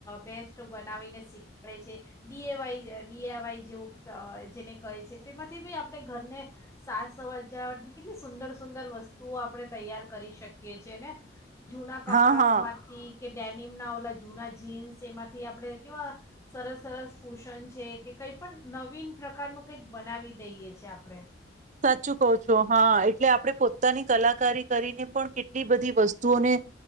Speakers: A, on the left (about 15°); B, on the right (about 40°).
A: best બનાવીને શીખવાડે છે, ડીએ વાય ડીએ વાય જેવ જેને કહે છે તેમાંથી બી આપણે ઘરને સાજ સવા જાવટની કેટલી સુંદર સુંદર વસ્તુઓ આપણે તૈયાર કરી શકીએ છે ને? જૂના કપડાઓ
B: હા હા
A: માંથી કે ડેનિમના ઓલા જૂના જીન્સ એમાંથી આપણે કેવા સરસ સરસ કુશન છે કે કંઈ પણ નવીન પ્રકારનું કંઈક બનાવી દઈએ છીએ આપણે.
B: સાચું કહ છો હા. એટલે આપડે પોતાની કલાકારી કરીને પણ કેટ લી બધી વસ્તુઓને